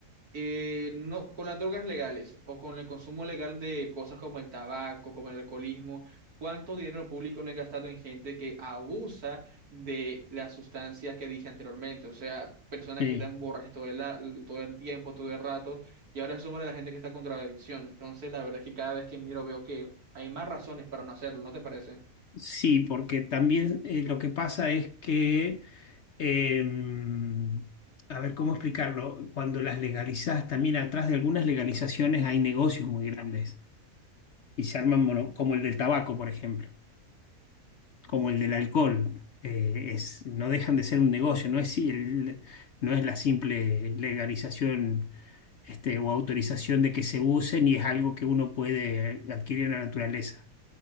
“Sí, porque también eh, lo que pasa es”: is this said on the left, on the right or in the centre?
Left